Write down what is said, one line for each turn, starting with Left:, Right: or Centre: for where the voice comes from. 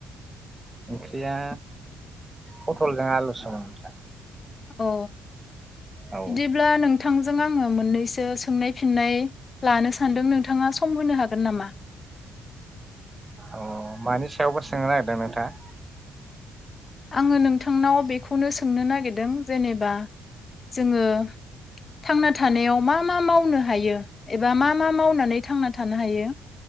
Right: ओंख्रिया पथलजों आलुसोमोन नोंथां।
Left: अ
Right: औ
Left: बिदिब्ला नों थांजों आङो मोननैसो सोंनाय फिननाय लानो सानदों नोंथाङा सम होनो हागोन नामा?
Right: अ मानि सायावबो सोंनो नागिरदों नोंथाङा
Left: आङो नोंथांनाव बे खौनो सोंनो नागिरदों जेनेबा जोङो थांना थानायाव मा मा मावनो हायो एबा मा मा मावनानै थांना थानो हायो?